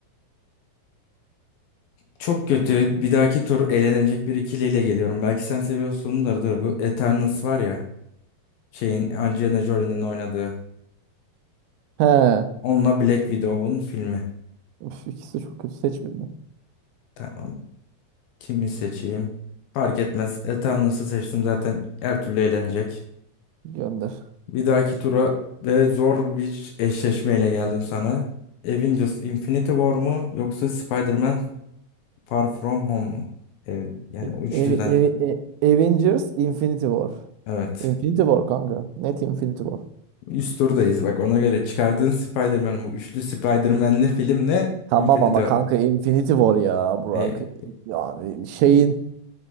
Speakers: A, on the left (about 75°); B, on the right (about 80°).
A: Çok kötü. Bir dahaki tur elenecek bir ikiliyle geliyorum. Belki sen seviyorsundur da bu Eternals var ya. Şeyin Angelina Jolie'nin oynadığı.
B: He.
A: Onunla Black Widow'un filmi.
B: Üf, ikisi çok kötü seçmedi.
A: Tamam. Kimi seçeyim? Fark etmez. Eternals'ı seçtim zaten her türlü eğlenecek.
B: Gönder.
A: Bir dahaki tura ve zor bir eşleşmeyle geldim sana. Avengers Infinity War mu yoksa Spider-Man Far From Home mu? Ev, yani
B: E-
A: o üçlüden.
B: Evi, evi, e- Avengers Infinity War.
A: Evet.
B: Infinity War kanka. Net Infinity War.
A: Üst turdayız bak ona göre çıkardığın Spider-Man bu üçlü Spider-Man'li filmle
B: Tamam
A: Infinity
B: ama
A: War.
B: kanka Infinity War ya Burak.
A: Ee,
B: Yani şeyin